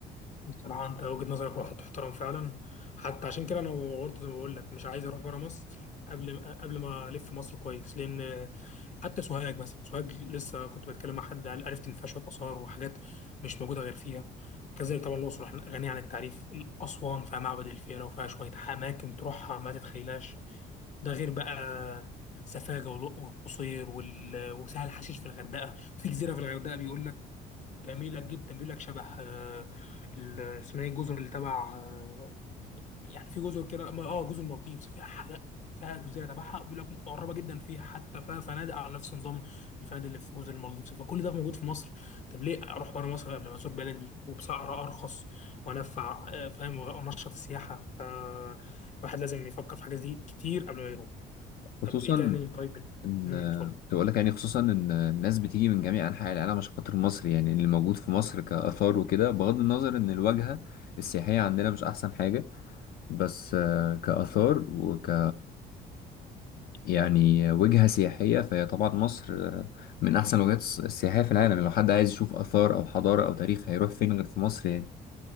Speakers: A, on the left; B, on the left.
A: بصراحة أنت وجهة نظرك واحد تحترم فعلا حتى عشان كده أنا برضه زي ما بقول لك مش عايز أروح بره مصر قبل قبل ما ألف مصر كويس لأن حتى سوهاج مثلا سوهاج لسه كنت بتكلم مع حد قال عرفت إن فيها شوية آثار وحاجات مش موجودة غير فيها كذلك طبعا الأقصر إحنا غنية عن التعريف أسوان فيها معبد الفيلة وفيها شوية أماكن تروحها ما تتخيلهاش ده غير بقى سفاجة والقصير وال- وسهل حشيش في الغردقة في جزيرة في الغردقة بيقول لك جميلة جدا بيقول لك شبه آه، ال- اسمها ايه الجزر اللي تبع آه، يعني في جزر كده ما- اه جزر المالديفز فيها حاجة فيها جزيرة تبعها بيقول لك مقربة جدا فيها حتى فيها فنادق على نفس نظام الفنادق اللي في جزر المالديفز فكل ده موجود في مصر طب ليه اروح بره مصر قبل ما ازور بلدي وبسعر ارخص وانفع آه، فاهم وانشط السياحة فالواحد لازم يفكر في حاجات دي كتير قبل ما يروح طب
B: خصوصا
A: ايه تاني طيب
B: ان
A: امم اتفضل
B: تقول لك يعني خصوصا ان الناس بتيجي من جميع انحاء العالم عشان خاطر مصر يعني اللي موجود في مصر كاثار وكده بغض النظر ان الواجهه السياحيه عندنا مش احسن حاجه بس آه، كاثار وك يعني وجهه سياحيه فهي طبعا مصر آه، من احسن الوجهات الس- السياحيه في العالم يعني لو حد عايز يشوف اثار او حضاره او تاريخ هيروح فين غير في مصر يعني